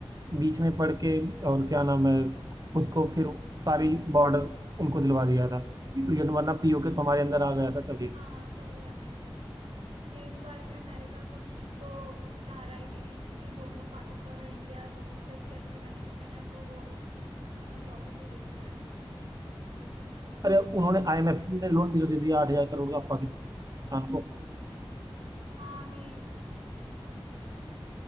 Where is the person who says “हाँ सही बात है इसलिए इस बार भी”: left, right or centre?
Right